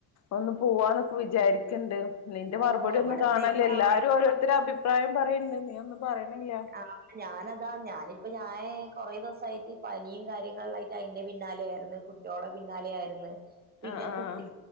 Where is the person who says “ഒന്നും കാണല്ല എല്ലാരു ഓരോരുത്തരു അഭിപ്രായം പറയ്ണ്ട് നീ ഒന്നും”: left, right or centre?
Left